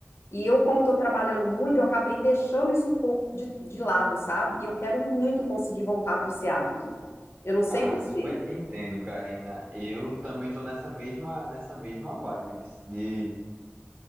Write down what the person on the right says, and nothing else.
Ah,
super te entendo, Karina. Eu também tô nessa mesma, nessa mesma vibe, vice, de